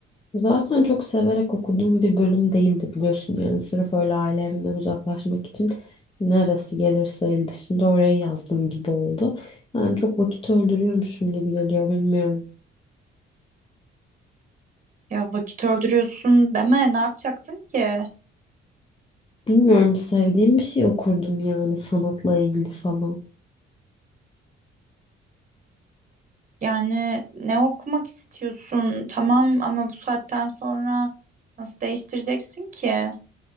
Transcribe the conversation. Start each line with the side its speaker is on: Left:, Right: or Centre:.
Left: Zaten çok severek okuduğum bir bölüm değildi biliyorsun yani sırf öyle aile evinden uzaklaşmak için neresi gelirse el dışında oraya yazdım gibi oldu. Yani çok vakit öldürüyormuşum gibi geliyor bilmiyorum.
Right: Ya vakit öldürüyorsun deme. Ne yapacaktın ki? E,
Left: Bilmiyorum sevdiğim bir şey okurdum yani sanatla ilgili falan.
Right: yani ne okumak istiyorsun? Tamam ama bu saatten sonra nasıl değiştireceksin ki?